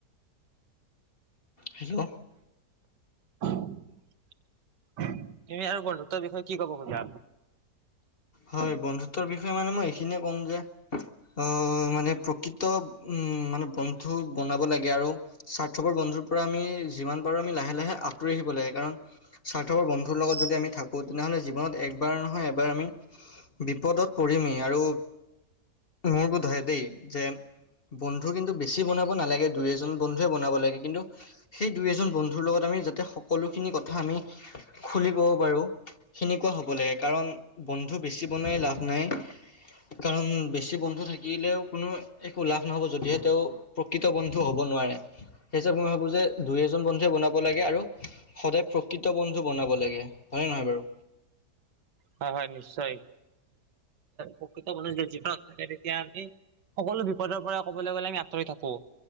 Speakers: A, on the left; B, on the right.
A: হেল্ল'
B: তুমি আৰু বন্ধুত্বৰ বিষয়ে কি কব খোজা
A: হয় বন্ধুত্বৰ বিষয়ে মানে মই এইখিনিয়ে ক'ম যে অ মানে প্ৰকৃত উম মানে বন্ধু বনাব লাগে আৰু স্বাৰ্থপৰ বন্ধুৰ পৰা আমি যিমান পাৰোঁ আমি লাহে লাহে আ আতৰি আহিব লাগে কাৰণ স্বাৰ্থপৰ বন্ধুৰ লগত যদি আমি থাকো তেনেহ'লে জীৱনত একবাৰ নহয় এবাৰ আমি বিপদত পৰিঢ়ম এ আৰু মোৰ বোধয় দেই যে বন্ধু কিন্তু বেছি বনাব নালাগে দুই এজন বন্ধুৱে বনাব লাগে কিন্তু সেই দুই এজন বন্ধুৰ লগত আমি যাতে সকলোখিনি কথা আমি খুলি ক'ব পাৰো সেনেকুৱা হ'ব লাগে কাৰণ বন্ধু বেচি বনোৱাই লাভ নাই কাৰণ বেছি বন্ধু থাকিলেও কোনো একো লাভ নহ'ব যদিহে তেওঁ প্ৰকৃত বন্ধু হ'ব মই ভাব যে দুই এজন বন্ধুৱে বনাব লাগে আৰু সদায় প্ৰকৃত বন্ধু বনাব বলাগে হয়নে নহয় বাৰু
B: হয় হয় নিশ্চয় প্ৰকৃত মানষ গছ ন তেতিয়া আমি সকলো বিপদৰ পৰা কবলৈ গলে আমি আঁতৰি থাকো